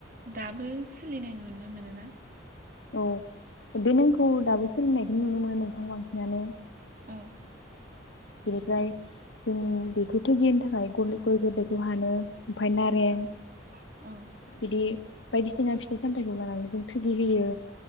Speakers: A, on the right; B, on the left.
A: दाबो सोलिनाय नुनो मोनो ना?
B: औ बे नेमखौ दाबो सोलिनायखौनो नुनो मोनो नोंथां बांसिनानो।
A: औ
B: बेनिफ्राय जों बेखौ थोगि होनो थाखाय गरलि गय गोरलैखौ हानो। ओमफाय नारें
A: औ औ
B: बिदि बायदिसिना फिथाइ सामथाइखौ लानानै जों थोगि होयो।